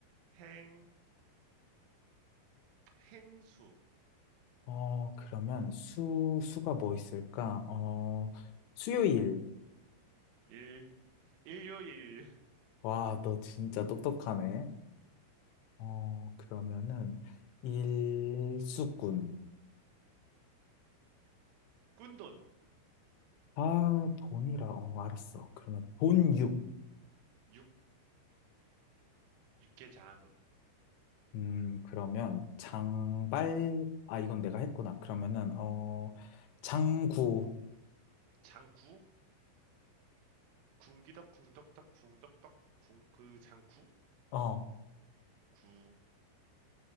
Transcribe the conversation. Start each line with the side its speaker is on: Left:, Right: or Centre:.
Right: 행 행수
Left: 어, 그러면 수, 수가 뭐 있을까? 어, 수요일.
Right: 일 일요일꾼
Left: 와, 너 진짜 똑똑하네. 어, 그러면은, 일수꾼.
Right: 꾼돈
Left: 아, 돈이라. 어, 알았어. 그러면 돈육.
Right: 육 육개장
Left: 음, 그러면 장발. 아, 이건 내가 했구나. 그러면은, 어, 장구.
Right: 장구 궁기덕 궁덕덕 궁덕덕 궁그 장구
Left: 어,
Right: 구